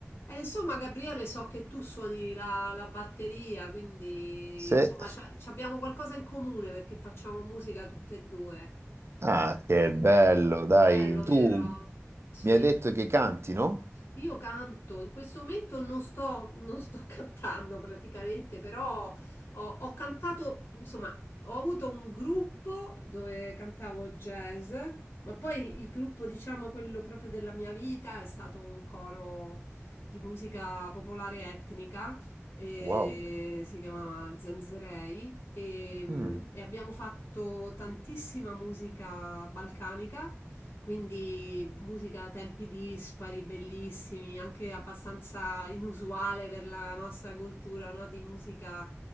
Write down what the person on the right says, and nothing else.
Se...
Ah, che
bello, dai.
Tu
mi hai detto che canti, no?
Wow.
Mm.